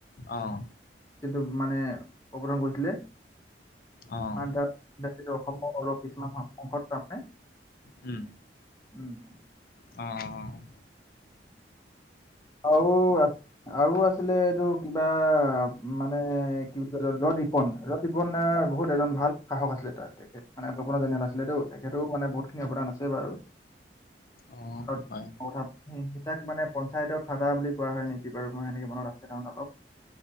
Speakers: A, on the left; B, on the left.
A: অঁ
B: কিন্তু মানে, অপৰণ কৰিছিলে
A: অঁ অঁ
B: মাদ্ৰাজ, অসমৰ অলপ কিছুমান <unintelligible>
A: উম,
B: উম,
A: অ',
B: আৰু আৰু আছিলে, এইটো কিবা মানে কি বুলি কয় ল-লৰ্ড ৰিপন, লৰ্ড ৰিপনৰ বহুত এজন ভাল শাসক আছিলে, তাৰ তেখেত মানে গৱৰ্ণৰ জেনেৰেল আছিলেটো, তেখেতৰও মানে বহুত খিনি অৱদান আছিল। ছে বাৰু,
A: অঁ
B: লৰ্ড
A: হয়
B: <unintelligible> মানে ফাইডৰ ফাডাৰ বুলি কোৱা হয় নেকি বাৰু, মই সেনেকে মনত আছে তাৰ অলপ